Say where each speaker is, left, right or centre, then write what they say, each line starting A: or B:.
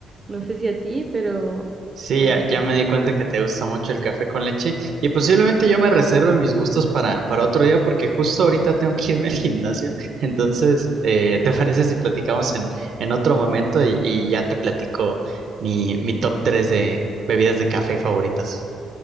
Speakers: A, on the right; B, on the right.
A: No sé si a ti, pero,
B: Sí,
A: pero
B: ya,
A: sí.
B: ya me di cuenta que te gusta mucho el café con leche y posiblemente yo me reserve mis gustos para, para otro día porque justo ahorita tengo que irme al gimnasio. Entonces, eh, ¿te parece si platicamos en, en otro momento y, y ya te platico mi, mi top 3 de bebidas de café favoritas?